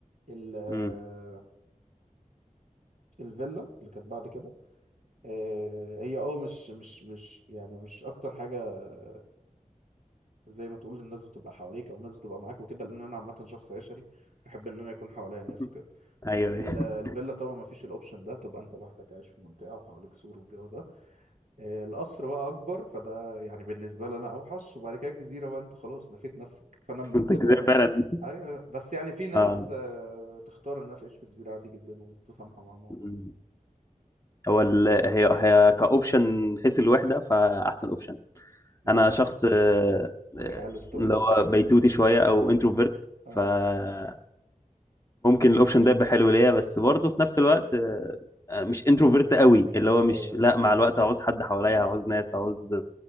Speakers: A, on the right; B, on the left.
A: ال- آه،
B: مم.
A: الفيلا اللي كانت بعد كده آه، هي اه مش مش مش يعني مش اكتر حاجه آه، زي ما تقول الناس بتبقى حواليك او الناس بتبقى معاك وكده لان انا عامه شخص عشري بحب ان انا يكون حواليا ناس
B: <laughs>
A: وكده
B: ايوه
A: ال-
B: ايوه
A: الفيلا
B: <laughs>
A: طبعا ما فيش الاوبشن ده تبقى انت لوحدك عايش في منطقه وحواليك سور والجو ده آه، القصر بقى اكبر فده يعني بالنسبه لي انا اوحش وبعد كده الجزيره بقى انت خلاص نفيت نفسك فانا مرتبها
B: انت كده
A: من
B: فعلا
A: ايوه بس يعني في ناس
B: اه
A: آه، تختار انها تعيش في جزيره عادي جدا ومتسامحه مع الموضوع
B: مم. هو ال... هي هي كاوبشن حيث الوحده فاحسن اوبشن
A: ده
B: انا
A: هو بس
B: شخص
A: يعني
B: آه، آه،
A: الحياه الاستوائيه
B: اللي هو
A: صعبه
B: بيتوتي
A: جدا
B: شويه
A: <laughs>
B: او انتروفيرت
A: اه
B: فممكن الاوبشن ده يبقى حلو ليا بس برضه في نفس الوقت آه، آه، مش انتروفيرت قوي اللي هو
A: ايوه
B: مش
A: ايوه
B: لا مع الوقت هعوز حد حواليا هعوز ناس هعوز